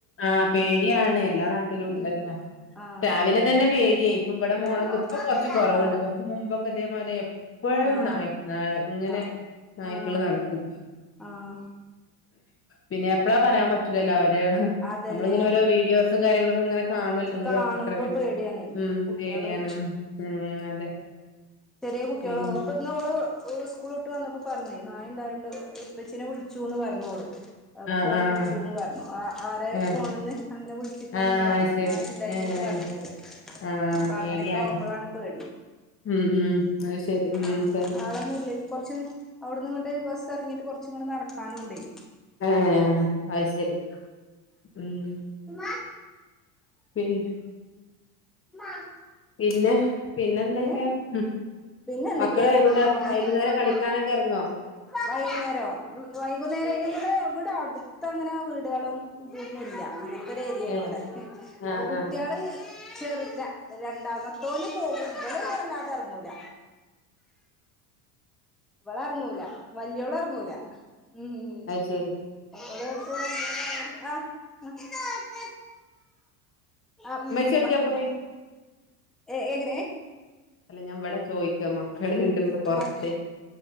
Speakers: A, on the left (about 30°); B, in the centre.
A: ആഹ് പേടിയാണ് എല്ലാ നാട്ടിലുണ്ടല്ലാ
B: ഉം ആഹ്
A: രാവിലെ തന്നെ പേടി ഇവിടെ മോളൊക്കെ
B: രാവിലത്തെ
A: ഇപ്പൊ കൊറച്ച് കൊറവുണ്ട്
B: ആഹ്
A: കൊറച്ച് മുമ്പൊക്കെ തേമാരിയേ ഇപ്പോഴും
B: ആഹ്
A: നായ് നായ് ഇങ്ങനെ
B: ആഹ്
A: നായ്ക്കള്
B: ആഹ്
A: നടക്കു.
B: ആഹ്
A: പിന്നേപ്പളാ പറയാ പറ്റൂലല്ലോ അവര്.
B: അതന്നെ
A: നമ്മളിങ്ങനെ ഓരോ വീഡിയോസും കാര്യങ്ങളൊക്കെങ്ങനെ കാണുല്ലോ.
B: കാണുമ്പോ
A: ഒരു അപക്ര.
B: പേടിയാണേ
A: ഉം
B: കുട്ടികള്
A: പേടിയാണ്. ഉം അതെ
B: ചെറിയ കുട്ട്യളോകു
A: പിന്നെ
B: ഇന്നോള് സ്കൂള്ട്ട് വന്നപ്പോ പറഞ്ഞേ നായ്ണ്ടായോണ്ട് ഇപ്പച്ചീനെ വിളിച്ചൂന്ന് പറഞ്ഞോള്. അപ്പഫോൺ
A: ആഹ് ആഹ്
B: വിളിച്ചൂന്ന് പറഞ്ഞു അ ആരെ
A: ആഹ്
B: ഫോണ്ന്ന് അങ്ങനെ വിളിച്ച്ക്കാണെന്ന്
A: ആഹ്
B: പറഞ്ഞു.
A: ശരി
B: നായെണ്ടായിന്നോള്
A: ഏഹ്
B: പറഞ്ഞോള്
A: ആഹ്
B: പ്പാങ്ങനെക്കാവുമ്പളാണ്
A: പേടിയാണ്
B: പേടി.
A: ഉം ഉം അത് ശരി ഉം
B: ആഹ്
A: ശരി
B: ആള്. കൊറച്ച് അവിടന്ന്ങ്ങട്ട് ബസ്സെറങ്ങിട്ട് കൊറച്ചുങ്ങട്ട് നടക്കാനുണ്ടേ.
A: ആഹ് ആഹ് അയ് ശരി ഉം
B: ഉം
A: പിന്
B: <inaudible>
A: പിന്നെ പിന്നെന്തെക്കെയാ
B: പിന്നെ
A: ഉം
B: പിന്നെ എന്തൊക്കെയാ
A: മക്കള് വൈകുന്നേരം
B: അങ്ങനെ പോണ്
A: വൈകുന്നേരം കളിക്കാനക്കെ ക്കെറങ്ങോ
B: വൈകുന്നേരോ ഉമ് വൈകുന്നേരയില്ല ഇവടെ ഇവ്ടടുത്തങ്ങനെ വീടുകളും ഒന്നുല്ല ഇങ്ങനത്തൊരേരിയാണിവ്ടെ
A: ഏഹ്
B: ഉമ്
A: ആഹ്
B: അപ്പൊ കുട്ടിയാള്
A: ആഹ്
B: ചെർതാ രണ്ടാമത്തോന് പോകും ബ്ള് വല്ലാതെറങ്ങൂല വ്ളെറങ്ങൂല വല്യോളെറങ്ങൂല ഉം
A: ശെരി
B: <unintelligible> അഹ് ആമ്
A: ഉമ്മച്ചി എവിടക്കാ
B: ബാ
A: പോയെ
B: ബാ ഏ ഏങ്ങനേ
A: അല്ല ഞാവ്ടെ ചോയിക്കാ മക്കൾണ്ട് വ്ടെ പൊറത്ത്
B: മക്ക